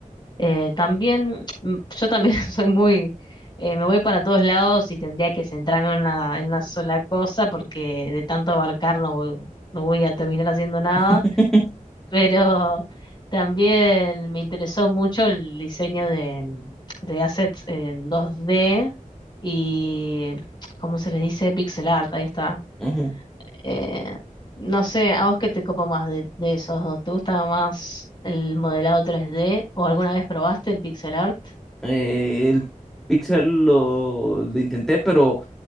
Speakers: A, on the left; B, in the centre.
A: Eh, también, mm, yo también <laughs> soy muy, eh, me voy para todos lados y tendría que centrarme en una, en una sola cosa porque de tanto abarcar no voy, no voy a terminar haciendo nada,
B: <laughs>
A: pero <laughs> también me interesó mucho el diseño de, de assets en 2D y, ¿cómo se les dice? Pixel art, ahí está.
B: ujú.
A: Eh, no sé, ¿a vos qué te copa más de, de esos dos? ¿Te gusta más el modelado 3D o alguna vez probaste el pixel art?
B: Eh, el Pixel lo, lo intenté, pero